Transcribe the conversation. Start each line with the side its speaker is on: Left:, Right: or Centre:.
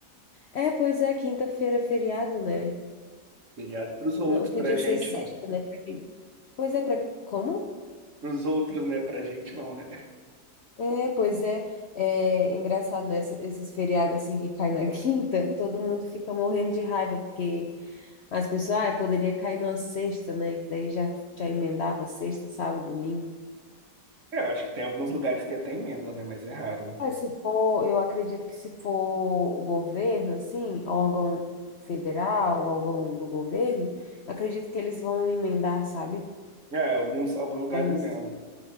Left: é, pois é, quinta-feira é feriado, né?
Right: Feriado pros outros,
Left: Não, podia
Right: pra gente
Left: ser sexta,
Right: não.
Left: né? Pra quem... Pois é, para como?
Right: Pros outros, né? Pra gente não, né?
Left: É, pois é, é engraçado, né? Esses esses feriados assim que caem na <laughs> quinta, todo mundo fica morrendo de raiva porque As pessoas, ah, poderia cair numa sexta, né? Que daí já, já emendava sexta, sábado, domingo.
Right: É, eu acho que tem alguns lugares que até emendam, né? Mas é raro.
Left: Mas se for, eu acredito que se for o governo, assim, órgão federal, órgão do governo, acredito que eles vão emendar, sabe?
Right: É, alguns, alguns lugares
Left: Mas,
Right: emendam.